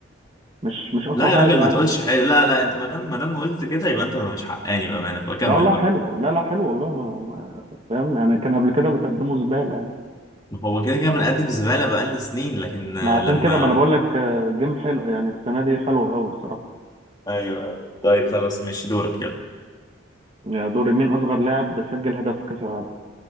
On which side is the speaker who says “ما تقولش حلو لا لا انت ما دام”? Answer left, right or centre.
Left